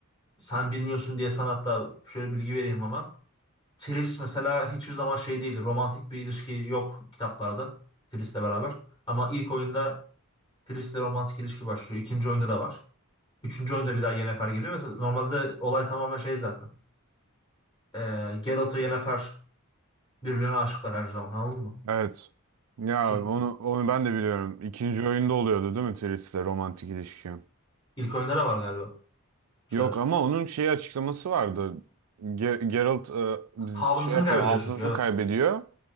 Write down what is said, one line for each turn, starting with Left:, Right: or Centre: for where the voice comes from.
Left: Sen bilmiyorsun diye sanatta şöyle bilgi vereyim hemen. Triss mesela hiçbir zaman şey değildi. Romantik bir ilişki yok kitaplarda Triss'le beraber. Ama ilk oyunda Triss'le romantik ilişki başlıyor. İkinci oyunda da var. Üçüncü oyunda bir daha Yennefer geliyor. Mesela normalde olay tamamen şey zaten. Ee, Geralt ve Yennefer birbirine aşıklar her zaman anladın mı?
Right: Evet. Ya
Left: Çünkü
Right: onu onu ben de biliyorum. İkinci oyunda oluyordu değil mi Tris'le romantik ilişki?
Left: ilk oyunlara var galiba bir
Right: Yok
Left: şeyler.
Right: ama onun şey açıklaması vardı. Ge- Geralt e, biz-
Left: Hafızasını
Right: şey yapıyor,
Left: kaybediyor
Right: hafızasını
Left: çünkü evet.
Right: kaybediyor.